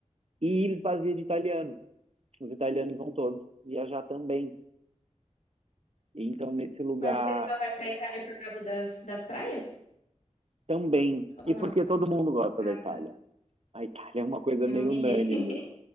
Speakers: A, on the right (about 55°); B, on the left (about 90°).
A: e esvazia de italiano. Os italianos vão todos viajar também. Então, nesse lugar
B: Mas o pessoal vai para Itália por causa das, das praias?
A: também. E
B: Ou não?
A: porque todo mundo gosta
B: Ah,
A: da Itália.
B: tá.
A: A Itália é uma coisa
B: Não
A: meio
B: Entendi.
A: unânime,
B: <laughs>